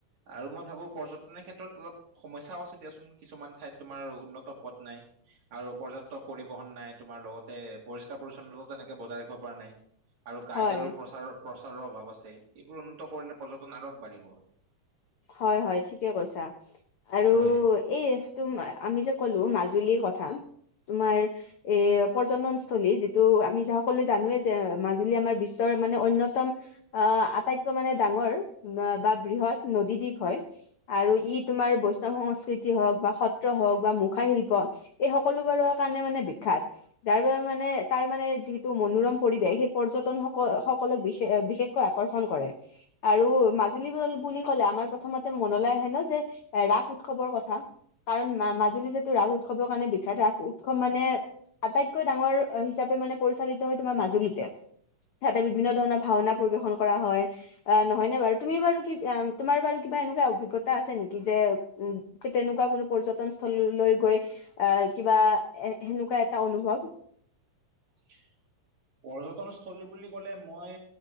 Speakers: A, on the right; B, on the left.
A: আৰু মই ভাবো পৰ্যটনৰ ক্ষেত্ৰত অলপ সমস্যাও আছে দিয়াচোন। কিছুমান ঠাইত তোমাৰ উন্নত পথ নাই। আৰু পৰ্যটক পৰিবহণ নাই। তোমাৰ লগতে পৰিষ্কাৰ পৰিচ্ছন্নতা তেনেকে বজাই ৰাখিব পৰা নাই আৰু গাইড
B: হয়
A: আৰু প্ৰচাৰৰ প্ৰচাৰৰ অভাৱ আছে। এইবোৰ উন্নত কৰিলে পৰ্যটন আৰু আগবাঢ়িব।
B: হয় -হয় ঠিকে কৈছা আৰু
A: হয়
B: এই তম আমি যে ক'লো মাজুলীৰ কথা তোমাৰ এ পৰ্যটনস্থলী যিটো আমি য সকলো জানোৱে যে মাজুলী আমাৰ বিশ্ব মানে অন্যতম আটাইতকৈ মানে ডাঙৰ বা বৃহৎ নদীদ্বীপ হয় আৰু ই তোমাৰ বৈষ্ণৱ সংস্কৃতি হওক বা সত্ৰ হওক বা মুখা শিল্প এই সকলোবাৰৰ কাৰণে মানে বিখ্যাত। যাৰ বাবে মানে তাৰ মানে যিটো মনোৰম পৰিৱেশ সেই পৰ্যটন স সকলক বিশ বিশেষকৈ আকৰ্ষণ কৰে। আৰু মাজুলী বুলি কলে আমাৰ প্ৰথমতে মনলৈ আহে ন যে ৰাস উৎসৱৰ কথা। কাৰণ মাজুলী যিহেতটো ৰাস উৎসৱৰ কাৰণে বিখ্যাত। উৎসৱ মানে আটাইতকৈ ডাঙৰ হিচাপে মানে পৰিচালিত হয় তোমাৰ মাজুলীতে। তাতে বিভিন্ন ধৰণৰ ভাওনা পৰিবেশন কৰা হয় আহ নহয়নে বাৰু তুমি বাৰু কি তোমাৰ বাৰু কিবা এনেকুৱা অভিজ্ঞতা আছে নেকি যে উম তেনেকুৱা কোনো পৰ্যটন স্থললৈ গৈ অ কিবা এ সেনেকুৱা এটা অনুভৱ।
A: <inaudible> পৰ্যটনস্থলী বুলি কলে মই